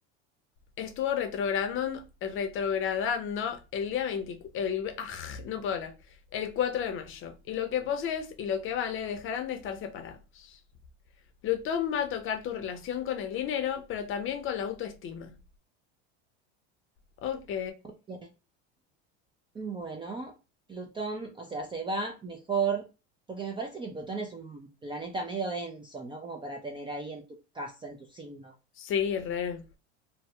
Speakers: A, on the left; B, on the right.
A: estuvo retrogradando, retrogradando el día 24. El, aj, no puedo hablar. El 4 de mayo. Y lo que posees y lo que vale dejarán de estar separados. Plutón va a tocar tu relación con el dinero, pero también con la autoestima. Ok.
B: Ok. Bueno, Plutón, o sea, se va mejor, porque me parece que Plutón es un planeta medio denso, ¿no? Como para tener ahí en tu casa, en tu signo.
A: Sí, re.